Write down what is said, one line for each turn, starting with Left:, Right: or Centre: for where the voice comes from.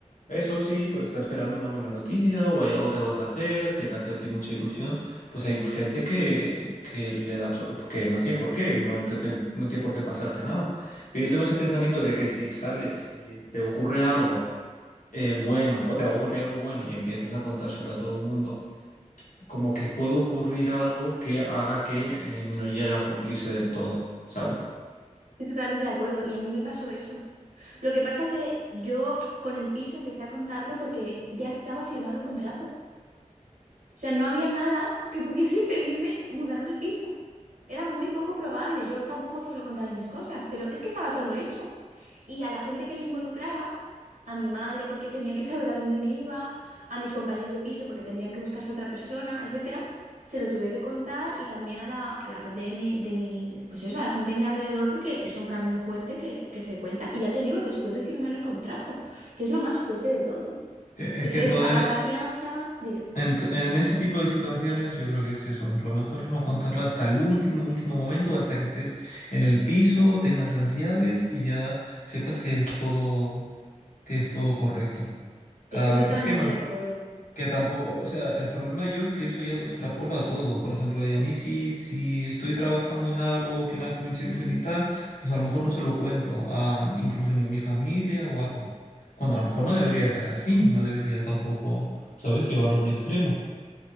Left: eso sí, o está esperando una buena noticia, o hay algo que vas a hacer, que te hace a ti mucha ilusión. Pues hay gente que, que le da, abso- que no tiene por qué, no te pe- no tiene por qué pasarte nada. Pero yo tengo ese pensamiento de que si sale, si te ocurre algo eh, bueno, o te va a ocurrir algo bueno y empiezas a contárselo a todo el mundo, como que puede ocurrir algo que haga que eh, no llegue a cumplirse del todo, ¿sabes?
Right: Estoy totalmente de acuerdo y a mí me pasó eso. Lo que pasa que yo con el piso empecé a contarlo porque ya estaba firmado el contrato. O sea, no había nada que pudiese <laughs> impedirme mudarme al piso. Era muy poco probable. Yo tampoco suelo contar mis cosas, pero es que estaba todo hecho. Y a la gente que le involucraba, a mi madre porque tenía que <laughs> saber a dónde me iba, a mis compañeros de piso porque tendrían que buscarse a otra persona, etcétera, se lo tuve que contar y también a la, a la gente de mi, de mi, pues eso, a la gente de mi alrededor porque es un cambio fuerte que, que se cuenta. Y ya te digo, después de firmar el contrato, que es lo más fuerte de todo.
Left: Que- Es
Right: F-
Left: que entonces,
Right: Pagada la fianza, dime.
Left: En, en ese tipo de situaciones yo creo que es eso. Lo mejor es no contarla hasta el último, último momento, hasta que estés en el piso, tengas las llaves y ya sepas que es todo, que es todo correcto. Cada
Right: Estoy
Left: vez,
Right: totalmente
Left: es que no,
Right: de acuerdo.
Left: que tampoco, o sea, el problema yo es que eso ya lo extrapolo a todo. Por ejemplo, y a mí si, si estoy trabajando en algo que me hace mucha ilusión y tal, pues a lo mejor no se lo cuento, a, incluso ni a mi familia o algo. Cuando a lo mejor no debería ser así, no debería tampoco, ¿sabes?, llevarlo a un extremo.